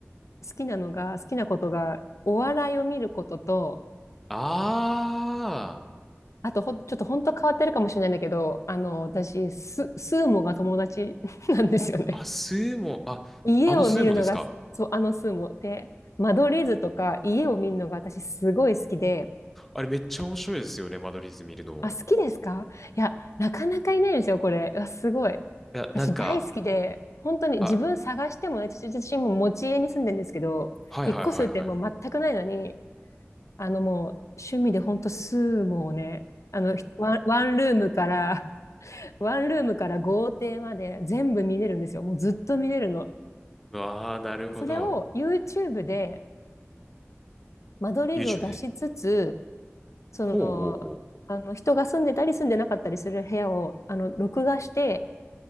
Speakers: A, on the left (about 85°); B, in the centre.
A: 好きなのが、好きなことが、お笑いを見ることと、
B: あ
A: あとほん、ちょっと本当変わってるかもしれないんだけど、あの、私、ス、スーモが友達 <laughs> なんですよね。
B: ー、あ、スーモ、あ、
A: 家を見るのが、
B: あのスーモですか
A: そう、あのスーモで、間取り図とか家を見るのが私すごい好きで、
B: あれめっちゃ面白いですよね、間取り図見るの。
A: あ、好きですかいや、なかなかいないんですよ、これ。うわ、すごい。
B: いや、
A: 私大好きで、
B: なんか、
A: 本当に自分探してもね、
B: あ、
A: 私自身も持ち家に住んでるんですけど、
B: はいはいはいはい。
A: 引っ越すってもう全くないのに、あのもう趣味で本当スーモをね、あの、ひワン、ワンルームからワンルームから豪邸まで全部見れるんですよ。もうずっと見れるの。
B: <laughs> わあ、なるほど。
A: でそれを YouTube で間取り図を出しつつ、
B: YouTube で。
A: その、
B: ほうほうほう。
A: あの人が住んでたり住んでなかったりする部屋をあの録画して